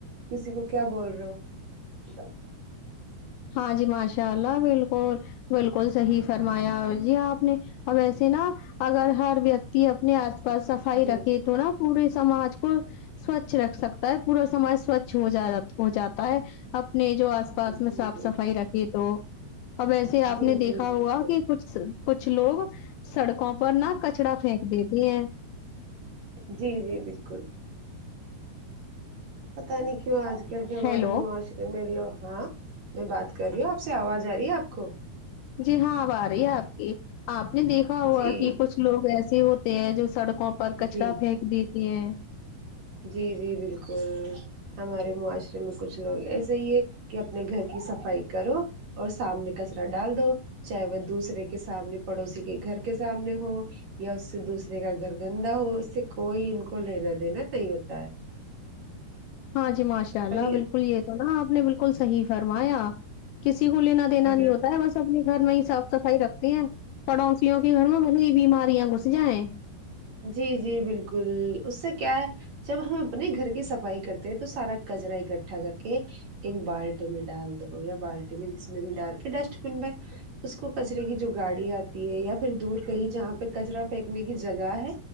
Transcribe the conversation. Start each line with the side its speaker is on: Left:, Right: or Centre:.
Right: کسی کو کیا بول رہے ہول رہے ا چھا
Left: ہاں جی ماشاء اللہ بالکل بالکل صحیح فرمایا جی اپ نے اب ایسے نا اگر ہر ویکتی اپنے اس پاس صفائی
Right: جی
Left: رکھے
Right: جی
Left: تو نا پورے سماج کو سوچھ رکھ سکتا ہے پورا سماج سماجھ سوچھ ہو جاتا ہے اپنے جو اس پاس
Right: جی
Left: میں
Right: جی
Left: ابھی تو اب ایسے اپ
Right: جی
Left: نے دیکھا
Right: جی بالکل
Left: ہوا کہ کچھ کچھ لوگ سڑکوں پر نہ کچڑا پھینک دیتے ہیں
Right: جی جی بالکل پتہ نہیں کیوں اج کل کے ہمارے
Left: ہیلو
Right: معاشرے مل لو ہاں میں بات کر رہی ہوں آپ سے اواز آرہی ہے اپ کو
Left: جی ہاں اب ا رہی ہے اپ کی اپ نے دیکھا ہوگا
Right: جی
Left: کہ کچھ لوگ ایسے ہوتے ہیں جو سڑکوں پر کچرا
Right: جی
Left: پھینک دیتی ہے
Right: جی جی بالکل ہمارے معاشرے میں کچھ لوگ ایسا ہی ہے کہ اپنے گھر کی صفائی کرو اور سامنے کچرا ڈال دو چاہے وہ دوسرے کے سامنے پڑوسی کے گھر کے سامنے ہو یا اس سے دوسرے کا گھر گندا ہو اس سے کوئی ان کو لینا دینا نہیں ہوتا ہے
Left: ہاں جی ماشاء اللہ
Right: پر
Left: بالکل یہ تو نا اپ نے بالکل صحیح فرمایا کسی کو لینا دینا نہیں
Right: یہ
Left: ہوتا ہے بس اپنے گھر میں ہی صاف صفائی رکھتے ہیں پڑوسیوں کے گھر میں بھلے ہی بیماریاں گھس جائے
Right: جی جی بالکل اس سے کیا ہے جب ہم اپنے گھر کی صفائی کرتے ہیں تو سارا کچرا اکٹھا کر کے ایک بالٹی میں ڈال دو یا بالٹی میں جس میں بھی ڈال کے ڈسٹ بن میں اس کو کچرے کی جو گاڑی اتی ہے یا پھر دور کہیں جہاں پہ کچرا پھنیکنے کی جگہ گا ہے